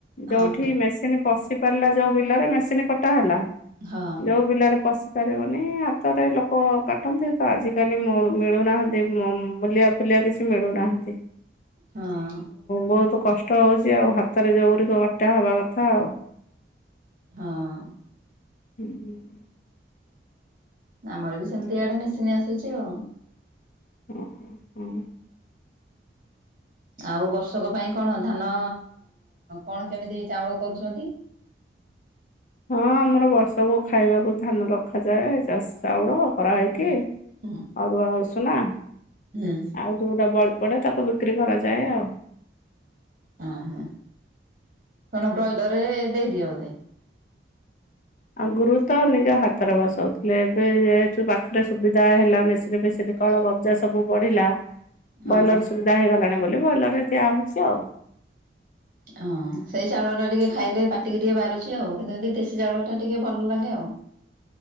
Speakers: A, on the left; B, on the right.
A: ଯୋଉଠି
B: ହଁ
A: ମେସିନ୍ ପଶି ପାରିଲା ଯୋଉ ବିଲରେ ମେସିନ କଟା ହେଲା
B: ହଁ
A: ଯୋଉ ବିଲରେ ପଶି ପାରିବନି ହାତରେ ଲୋକ କାଟନ୍ତି ତ ଆଜିକାଲି ମଳୁ-ମିଳୁନାହାନ୍ତି ମ-ମୁଲିଆ ଫୁଲିଆ କିଛି ମିଳୁନାହାନ୍ତି।
B: ହଁ।
A: ବହୁତୁ କଷ୍ଟ ହଉଛି ଆଉ ହାତରେ ଯୋଉଗୁଡ଼ିକ କଟା ହବା କଥା ଆଉ
B: ହଁ।
A: ହୁଁଁ।
B: ଆମର ବି ସେମିତି ଆଡେ ମେସିନ୍ ଆସୁଛି ଆଉ।
A: ହଁ ହୁଁ।
B: ଆଉ ବର୍ଷକ ପାଇଁ କଣ ଧାନ କଣ କେମିତି ଚାଉଳ କରୁଛନ୍ତି?
A: ହଁ ଆମର ବର୍ଷକୁୁ ଖାଇବାକୁ ଧାନ ରଖାଯାଏ ଚାଷ ଚାଉଳ କରାହେଇକି
B: ହୁଁ ହୁଁ
A: ଅରୁଆ ଉଷୁନା
B: ହୁଁ
A: ଆଉ ଯୋଉଟା ବଳି ପଡେ ତାକୁ ବିକ୍ରି କରାଯାଏ ଆଉ।
B: ହଁ ହଁ କଣ ବ୍ରଏଲରେ ଦେଇଦିଅ ବୋଧେ?
A: ଆଗୁରୁ ତ ନିଜ ହାତରେ ବସଉଥିଲେ ଏବେ ଯେହେତୁ ପାଖରେ ସୁବିଧା ହେଲା ମେସିନି ଫେସିନି କଳ କବ୍ଜା ସବୁ ବଢିଲା
B: ହଁ
A: ବ୍ରଏଲର ସୁବିଧା ହେଇଗଲାଣି ବୋଲି ବ୍ରଏଲର ରେ ଦିଆ ହଉଛି ଆଉ।
B: ହଁ ସେଇ ଚାଉଳ ହରା ଟିକେ ଖାଇଲେ ପାଟିକି ଟିକେ ବାରୁଛି ଆଉ କିନ୍ତୁ ଯଦି ଦେଶୀ ଚାଉଳ ଟା ଟିକେ ଭଲ ଲାଗେ ଆଉ।